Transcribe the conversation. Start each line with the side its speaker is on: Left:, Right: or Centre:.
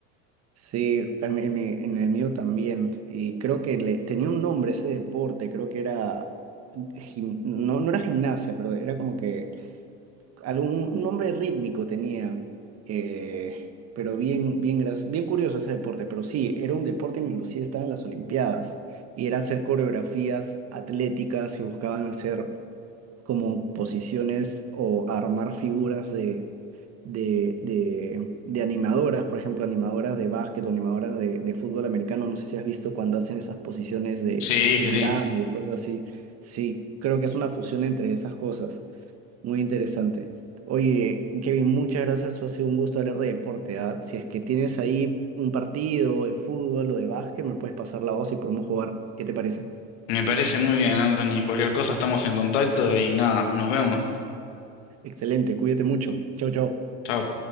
Right: Sí, a mí- en, mi- en el mío también. Y creo que le, tenía un nombre ese deporte, creo que era, gim- no, no era gimnasia, pero era como que algún un nombre rítmico tenía. eh, pero bien, bien, gra- bien curioso ese deporte. Pero sí, era un deporte en inclusive estaba en las Olimpiadas. Y era hacer coreografías atléticas y buscaban hacer como posiciones o armar figuras de, de, de, de animadoras, por ejemplo, animadoras de básquet o animadoras de, de fútbol americano. No sé si has visto cuando hacen esas posiciones de,
Left: Sí,
Right: de
Left: sí,
Right: pirámides,
Left: sí.
Right: cosas así. Sí, creo que es una fusión entre esas cosas. Muy interesante. Oye, Kevin, muchas gracias. Ha sido un gusto hablar de deporte. ¿ah? Si es que tienes ahí un partido de fútbol o de básquet, me puedes pasar la voz y podemos jugar. ¿Qué te parece?
Left: Me parece muy bien, Anthony. Cualquier cosa estamos en contacto y nada, nos vemos.
Right: Excelente, cuídate mucho. Chau, chau.
Left: Chao.